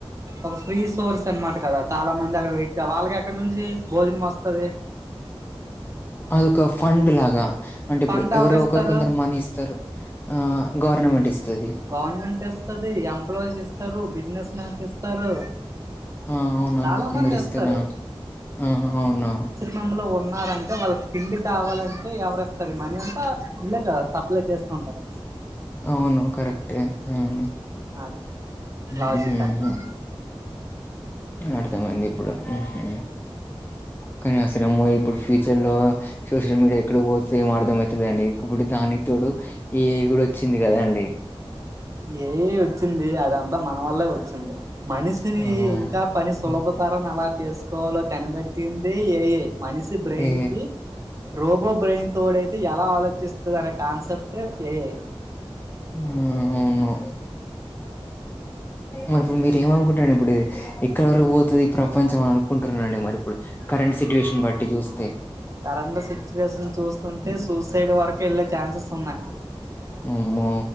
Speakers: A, on the right; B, on the left.
A: ఒక ఫ్రీ సోర్స్ అనమాట కదా చాలా మంది అక్కడ వెట్ వాళ్ళకి ఎక్కడ నుంచి భోజనం వస్తుంది తే
B: అదొక ఫండ్ లాగా అంటే ఇప్పుడు
A: ఫండ్
B: ఎవరు
A: ఇస్తారు
B: ఒకరు కొందరు మనీ ఇస్తారు ఆ గవర్నమెంట్ ఇస్తది
A: గవర్నమెంట్ ఇస్తుది ఎంప్లాయీస్ ఇస్తు ఇస్తారు బిజినెస్ మన్స్ ఇస్తారు
B: ఆ అవును
A: చాలా
B: అందు కొందరు
A: మంది ఇస్తారు
B: ఆ ఆ అవును
A: మంలో ఉన్నారంటే వాళ్ళకి తిండి కావాలంటే ఎవరుస్తారు మనీ అంతా ఇల్లే కదా లయి చేస్తుంటారు
B: అవును కరెక్టే వు
A: అది లాజిక్
B: హమ్
A: అక్కడ
B: అర్ధ మయింది ఇప్పుడు హు హమ్ కానీ అసలు ఏమో ఇప్పుడు ఫ్యూచర్ లో సోషల్ మీడియా ఎక్కడ పోతే ఏ అర్థం అయితలేదండి ఇప్పుడు దానికి తోడు ఏఐ కూడా వచ్చింది కదా అండి
A: ఏఐ వచ్చింది అదంతా మన వల్లే వచ్చింది మనిషిని
B: అవును
A: ఇంకా పని సులభతరన్ని ఎలా చేసుకోవాలో కనిపట్టింది ఏఐ మనిషి బ్రెయిన్
B: ఏ
A: కి రోబో బ్రెయిన్ తోడయితే ఎలా ఆలోచిస్తది అనే కాన్సెప్ట్ ఏఐ
B: ఆ అవును మరి ఇప్పుడు మీరేమీ అనుకుంటున్నాడి ఇప్పుడు ఇది ఎక్కడి వరకు పోతది ఈ ప్రపంచం అని అనుకుంటున్నానడి మరి ఇప్పుడు కరెంట్ సిట్యి యేషన్ బట్టి చూస్తే
A: కరెంట్ సిచ్యువేషన్ చూస్తుంటే సూసైడ్ వరకు వెళ్ళే ఛాన్సెస్ ఉన్నాయి
B: మమ్మో